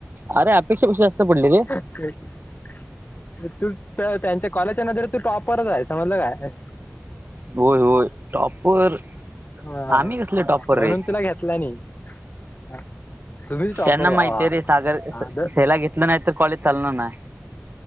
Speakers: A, on the right; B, on the left.
A: अरे.. अपेक्षा पेक्षा जास्त पडले रे..
B: <inaudible> तू त्या.. त्यांच्या कॉलेजच्या नजरेत तू टॉपरच आहे, समजलं काय
A: होय.. होय.. टॉपर..
B: हा.
A: आम्ही कसले टॉपर
B: म्हणून
A: रे?
B: <unintelligible> तुम्हीच टॉपर
A: त्यांना
B: व्हा
A: माहितीय रे सागर
B: हा
A: स..
B: द
A: ह्याला घेतलं नाही तर कॉलेज चालणार नाय.